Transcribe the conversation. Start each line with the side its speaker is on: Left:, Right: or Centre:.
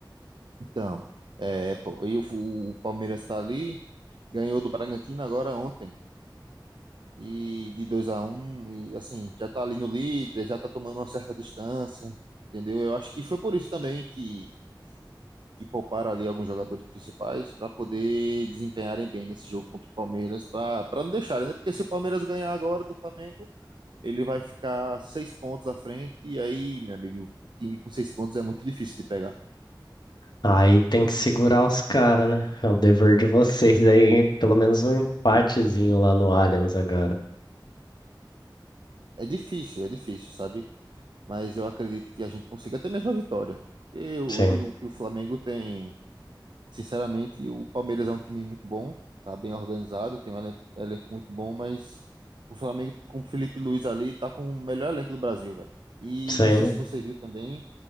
Right: Então, é, pô, e o, o Palmeiras tá ali, ganhou do Bragantino agora ontem. e de 2 a um e assim, já tá ali no líder, já tá tomando uma certa distância, entendeu? Eu acho que foi por isso também que que pouparam ali alguns jogadores principais para poder desempenharem bem nesse jogo contra o Palmeiras, para para não deixarem, né? Porque se o Palmeiras ganhar agora do Flamengo, ele vai ficar seis pontos à frente, e aí, meu amigo, time com seis pontos é muito difícil de pegar.
Left: Aí tem que segurar os caras, né? É o dever de vocês aí, pelo menos um empatezinho lá no Allianz agora.
Right: É difícil, é difícil, sabe? Mas eu acredito que a gente consiga até mesmo a vitória. Porque eu,
Left: Sim,
Right: eu digo que o Flamengo tem Sinceramente, o Palmeiras é um time muito bom, tá bem organizado, tem um elenco, elenco muito bom, mas o Flamengo com o Felipe Luiz ali tá com o melhor elenco do Brasil, velho. E
Left: sim.
Right: não sei se você viu também,